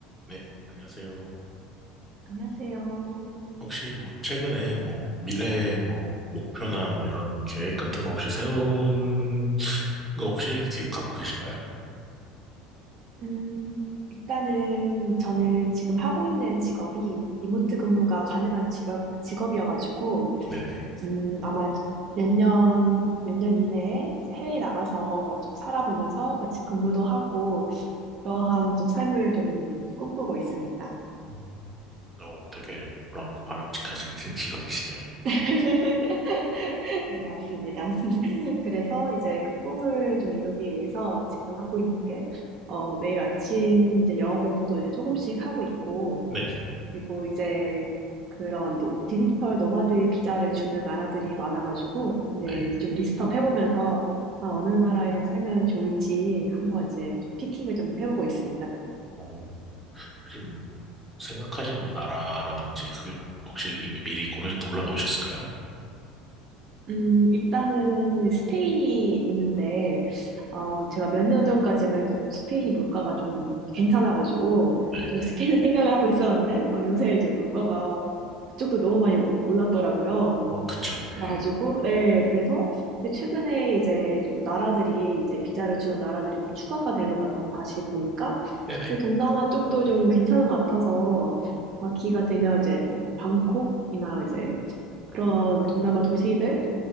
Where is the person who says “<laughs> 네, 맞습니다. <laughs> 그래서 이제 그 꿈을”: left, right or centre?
Right